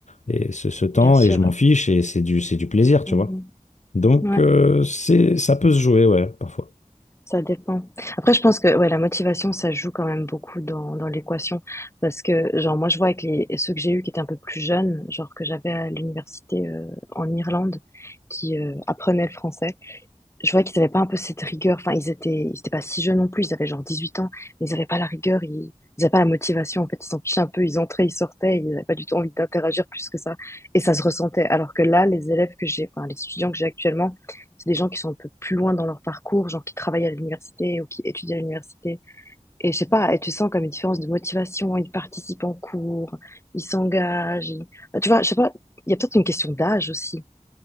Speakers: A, on the left; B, on the left.
A: et ce, ce temps,
B: bien sûr.
A: et je m'en fiche, et c'est du, c'est du plaisir, tu
B: Mmh
A: vois. Donc,
B: Ouais.
A: euh, c'est, ça peut se jouer, ouais, parfois.
B: Ça dépend. Après, je pense que ouais, la motivation, ça joue quand même beaucoup dans, dans l'équation. Parce que, genre, moi, je vois avec les, ceux que j'ai eus qui étaient un peu plus jeunes, genre que j'avais à l'université euh, en Irlande, qui euh, apprenaient le français je voyais qu'ils avaient pas un peu cette rigueur. Enfin, ils étaient, ils étaient pas si jeunes non plus. Ils avaient genre 18 ans, mais ils avaient pas la rigueur. Ils, n'avaient pas la motivation. En fait, ils s'en fichaient un peu. Ils entraient, ils sortaient. Ils n'avaient pas du tout envie d'interagir plus que ça. Et ça se ressentait. Alors que là, les élèves que j'ai, enfin, les étudiants que j'ai actuellement, c'est des gens qui sont un peu plus loin dans leur parcours, genre qui travaillent à l'université ou qui étudient à l'université. Et je sais pas, et tu sens comme une différence de motivation. Ils participent en cours, ils s'engagent. ils- Bah, Tu vois, je sais pas, il y a peut-être une question d'âge aussi